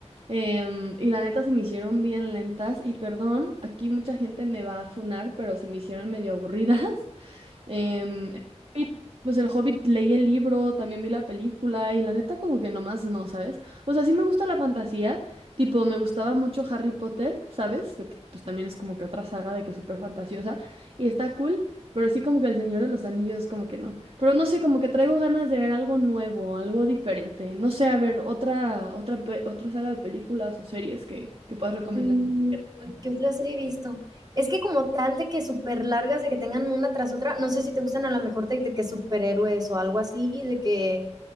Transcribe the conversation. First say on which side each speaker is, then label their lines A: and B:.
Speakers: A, on the right; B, on the right.
A: em, y la neta se me hicieron bien lentas y perdón, aquí mucha gente me va a funar, pero se me hicieron medio aburridas. <laughs> Em, el Hobbit, pues el Hobbit leí el libro, también vi la película y la neta como que nomás no, ¿sabes? O sea, sí me gusta la fantasía, tipo me gustaba mucho Harry Potter, ¿sabes? De que, pues también es como que otra saga de que es súper fantasiosa y está cool, pero sí como que El Señor de los Anillos como que no. Pero no sé, como que traigo ganas de ver algo nuevo, algo diferente, no sé, a ver otra otra pe- otra saga de películas o series que que puedas recomendar.
B: Mm,
A: que tratan.
B: ¿qué otra serie he visto? Es que como tal de que súper largas, de que tengan una tras otra, no sé si te gustan a lo mejor de de que superhéroes o algo así, de que,